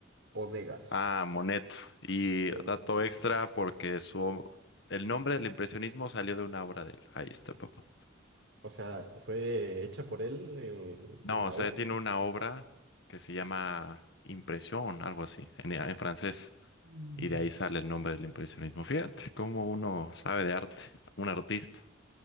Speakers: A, on the right (about 60°); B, on the left (about 60°).
A: o Degas?
B: Ah, Monet. Y
A: Eso.
B: dato extra porque su el nombre del impresionismo salió de una obra de él. Ahí está, papá.
A: O sea, ¿fue hecha por él el-
B: No,
A: la
B: o sea,
A: obra?
B: tiene una obra que se llama Impresión, algo así, en, en francés.
A: Mm.
B: Y de ahí sale el nombre del impresionismo. Fíjate cómo uno sabe de arte, un artista.